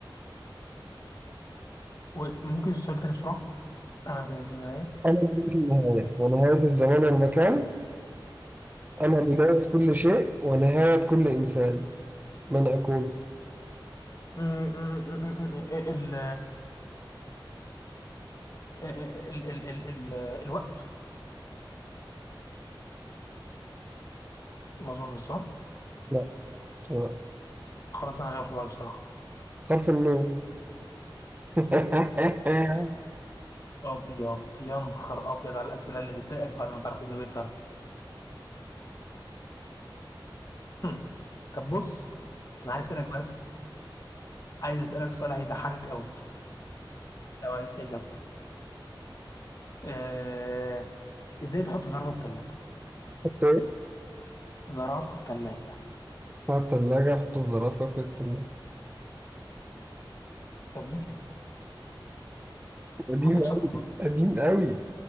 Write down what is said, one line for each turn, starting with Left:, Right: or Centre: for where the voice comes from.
Left: وممكن السؤال تاني بسرعة أنا بداية النهاية
Right: أنا بداية النهاية ونهاية الزمان والمكان أنا بداية كل شيء ونهاية كل إنسان من أكون؟
Left: م- م- م- م- إيه ال إيه- إيه- إيه ال ال ال ال الوقت ما أظنش صح
Right: لا مش هو.
Left: خلاص أنا غير حمار بصراحة
Right: حرف النون <laughs>
Left: أبيض يا نهار أبيض على الأسئلة اللي بتضايقك بعد ما تعرف إجابتها هم. طب بص انا عايز اسالك بس عايز اسالك سؤال هيضحكك قوي لو عرفت اجابته <laughs> آه... ازاي تحط زرافه في ثلاجه
Right: حط إيه؟
Left: زرافه في ثلاجه
Right: حط الثلاجة حط الزرافة في الثلاجة
Left: طب ليه كده
Right: قديم
Left: طب ما انت
Right: أوي
Left: شاطر
Right: قديم أوي